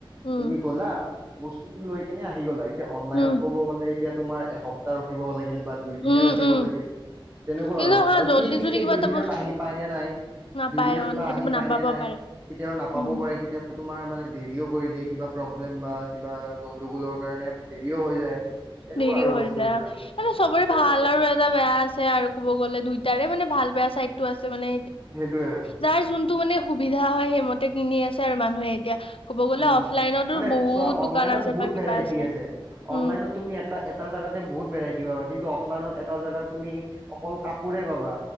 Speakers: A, on the left (about 90°); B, on the right (about 25°).
A: উম
B: তুমি গ'লা বস্তুটো লৈ কেনে আহি গ'লা, এতিয়া অনলাইনত
A: উম
B: ক'ব গ'লে এতিয়া তোমাৰ এসপ্তাহ ৰখিব লাগিল। বা দুই দিনে
A: উম
B: ৰখিব
A: উম
B: লাগিল তেনেকুৱা
A: কিন্তু
B: আৰু
A: হা
B: আৰু
A: জল্দি
B: কি ঠিক
A: যদি
B: সেই
A: কিবা
B: দুই
A: এটা
B: দিনত
A: বস্তু
B: আহি পাই নে নাই?
A: নাপায়
B: দুই দিনত
A: অন
B: বা
A: কেতিয়াবা
B: আহি পায়নে
A: নাপাব
B: নাই
A: পাৰে
B: কেতিয়াও নাপাব
A: উম
B: পাৰে কেতিয়াাবা তোমাৰ মানে দেৰিও কৰি দিয়ে কিবা প্ৰব্লেম বা কিবা গণ্ডগোলৰ কাৰণে দেৰিও হৈ যায় তেনেকুৱা
A: দেৰি
B: আৰু
A: হৈ
B: বস্তুবিলাক
A: যায় মানে চবৰে
B: উম এতিয়া
A: ভাল
B: তোমাৰ
A: আৰু এটা বেয়া আছে আৰু ক'ব গ'লে দুইটাৰে মানে ভাল চাইদটো আছে মানে
B: সেইটোয়ে
A: যাৰ যোনটো সুবিধা সুবিধা হয় সেইমতে কিনি আছে আৰু মানুহে এতিয়া ক'ব গ'লে
B: উম
A: অফলাইনতো
B: মানে
A: বহুত
B: চোৱা অনলাইনত
A: দোকান আছে
B: বহুত
A: বা কিবা
B: ভেৰাইটি আছে
A: উম
B: অনলাইনত তুমি এটা জোগাতে বহুত ভেৰাইটি পাবা কিন্তু অফলাইনত এটা জোগাত তুমি অকল কাপোৰে পাবা